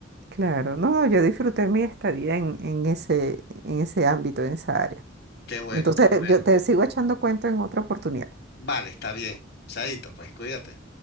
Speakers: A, on the right; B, on the left.
A: claro. No, no, yo disfruté mi estadía en, en ese, en ese ámbito, en esa área.
B: Qué bueno,
A: Entonces,
B: qué bueno.
A: yo te sigo echando cuento en otra oportunidad.
B: Vale, está bien. Chaito, pues cuídate.